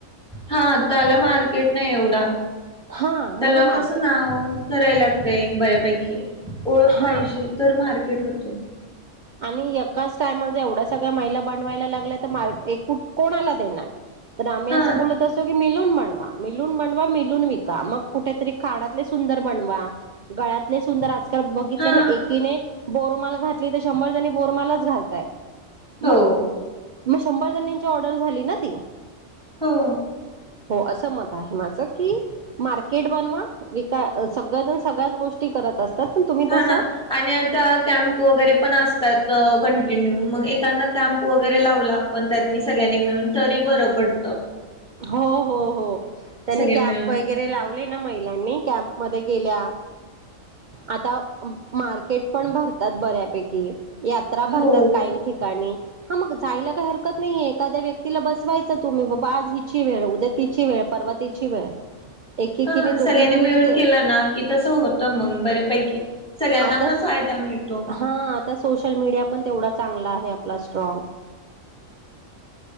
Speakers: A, in the centre; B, on the right.
A: हा त्याला मार्केट नाही एवढा
B: हा म्हणजे
A: त्याला
B: मार्केट
A: कसं नाव करायला लागतय बऱ्यापैकी ओळख
B: हा
A: पाहिजे तर मार्केट होते
B: आणि एकाच टायम ज एवढ्या सगळ्या महिला बनवायला लागल्या तर मार्ग एकूट कोणाला देणार तर आम्ही
A: हा
B: असं बोलत की मिलून बनवा मिलून बनवा मिलून विका मग कुठेतरी खाण्यातातले सुंदर बनवा गळ्यातले सुंदर बघितल्या
A: हा
B: ना एकीने बोरमाल घातली तर शंभर जणी बोरमालच घालतायत
A: हो
B: मग मग शंभर जणांची ऑर्डर झाली ना ती
A: हो
B: हो असं मत आहे माझं की मार्केट बनवा विक सगळजण सगळ्याच गोष्टी करत असतात पण तुम्ही
A: हा
B: तसं
A: ना आणि आता कॅम्प वगैरे पण असतात कंटिन्यू मग एखांदा कॅम्प वगैरे लावला पण त्यात म सगळ्यांनी मिळून तरी बरं पडतं
B: हो हो हो त्यांनी
A: सगळे
B: कॅप
A: मिळून
B: वगर लावले ना महिलांनी कॅम्प मध्ये गेल्या आता मार्केट पण भरतात बऱ्यापैकी यात्रा
A: हो
B: भरतात काही ठिकाणी हा मग जायला काही हरकत नाहीय एखाद्या व्यक्तीला बसवायच तुम्ही बाबा आज हिची वेळ उद्या तिची वेळ परव तिची वेळ एकेकीने
A: हा सगळ्यांनी
B: दोघी दोघीने
A: मिळून
B: ते
A: केला ना कि तस होतं मग बर्यापैकी सगळ्यांना
B: आताच
A: पण फायदा मिळतो
B: हा आता सोशल मीडिया पण तेवढा चांगला आहे आपला स्ट्राग